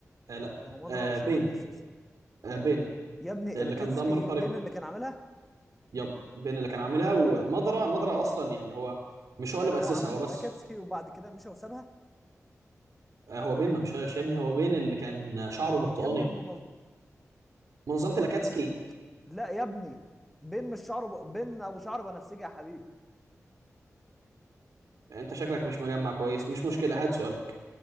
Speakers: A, on the right; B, in the centre.
A: آه، لا
B: ما هو مضرة
A: آه،
B: مش
A: بين
B: هو اللي اسسه
A: آه، بين
B: يا ابني
A: اللي
B: الاكاتسكي
A: كان دمر القريه
B: بين اللي كان عاملها
A: يب بين اللي كان عاملها ومضرة مضرة اصلا يعني هو مش
B: يعني
A: هو اللي مؤسسها
B: هو عمل
A: هو
B: الاكاتسكي
A: بس
B: وبعد كده مشى وسابها
A: آه، هو بين ما مشاش يا ابني هو بين اللي كان شعره برتقاني
B: يا ابني المنظ...
A: منظمه
B: بين
A: الاكاتسكي
B: ال... لا يا ابني بين مش شعره ب... بين ابو شعر بنفسجي يا حبيبي
A: انت شكلك مش مجمع كويس مش مشكله هات سؤالك